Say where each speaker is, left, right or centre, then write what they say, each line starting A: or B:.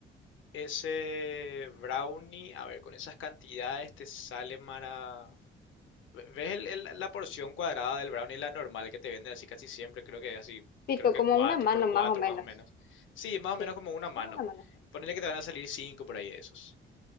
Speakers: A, on the left (about 75°); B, on the left (about 50°).
A: ese brownie, a ver, con esas cantidades te sale mara- Ve- ¿Ves el- el- la porción cuadrada del brownie, la normal que te venden así casi siempre? Creo que así,
B: Pico,
A: creo que
B: como
A: 4
B: una mano
A: por 4
B: más o menos.
A: más o menos. Sí, más
B: Sí,
A: o menos como una mano.
B: como una mano.
A: Ponele que te van a salir 5 por ahí de esos.